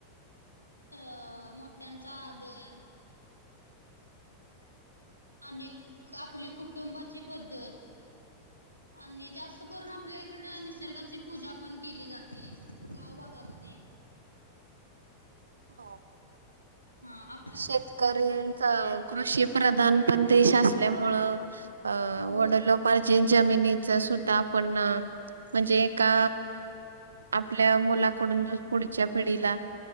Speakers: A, on the left; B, on the right.
A: अ मोठ्यांचा आदर. आणि क आपली कुटुंबाची पद्धत. आणि जास्त करून आपल्या इकड निसर्गाची पूजा पण केली जाते गावभगामध्ये.
B: हो,
A: हा आप''--''
B: शेतकऱ्यांचा. कृषी प्रधान पण देश असल्यामुळं अ
A: हो
B: वडलोप. पजे जमिनीच सुद्धा आपण. म्हणजे एका आपल्या मुलाकडून पुढच्या पिढीला.